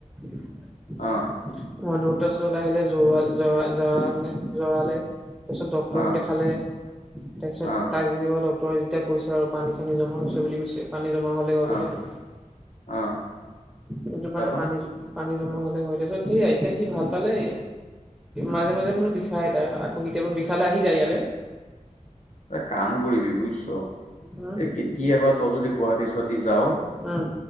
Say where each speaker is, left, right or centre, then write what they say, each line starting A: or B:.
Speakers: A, in the centre; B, on the left.
A: <unintelligible>
B: অ
A: <unintelligible> ওচৰলৈ আহিলে জৰা-জৰা মানে জৰালে তাৰপিছত ডক্টৰক
B: অ',
A: দেখালে, তাৰপিছত
B: অ',
A: তাক যেনিবা ডক্টৰে যেতিয়া কৈছে আৰু পানী চানী জমা হৈছে বুলি কৈছে, পানী জমা হ'লে হয়
B: অ',
A: বোলে এইটো।
B: অ',
A: সেইটো
B: তাৰপা
A: মানে পানী-পানী জমা হলে হয়, তাৰ পিছত সেয়া এতিয়া সি ভাল পালেই। মাজে মাজে শুনো বিষাই তাৰ, আকৌ কেতিয়াবা বিষালে আহি যায় ইয়ালে।
B: এটা কাম কৰিবি বুজিছ,
A: উম
B: এই কেতিয়াবা তই যদি গুৱাহাটী ছোৱাহাটী যাও,
A: উম